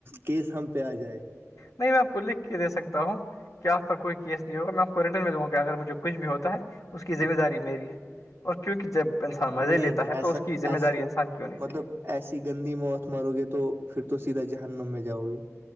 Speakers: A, on the right (about 40°); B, on the left (about 85°).
A: کیس ہم پہ آ جائے
B: نہیں میں آپ کو لکھ کے دے سکتا ہوں کیا آپ پر کوئی کیس نہیں ہوگا میں آپ کو ریٹرن میں دوں گ کہ اگر مجھے کچھ بھی ہوتا ہے اس کی ذمہ داری میری ہے اور کیونکہ جب انسان مزے
A: نہیں
B: لیتا
A: نہیں
B: ہے
A: ایسا
B: تو اس کی ذمہ
A: ایسی
B: داری انسان کی ہونی چاہیے
A: مطلب ایسی گندی موت مارو گے تو پھر تو سیدھا جہنم میں جاؤ گے